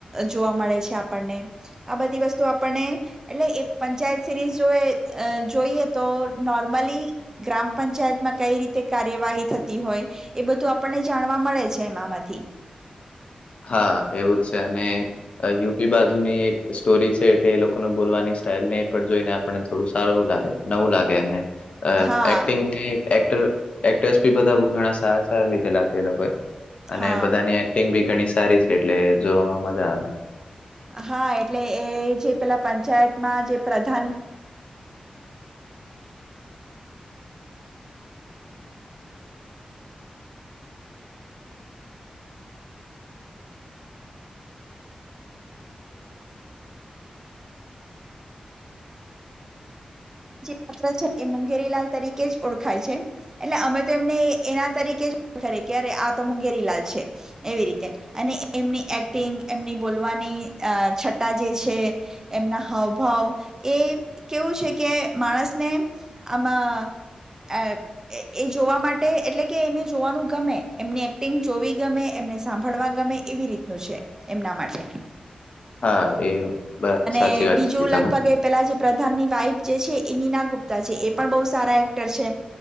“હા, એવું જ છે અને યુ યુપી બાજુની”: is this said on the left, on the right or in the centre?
Left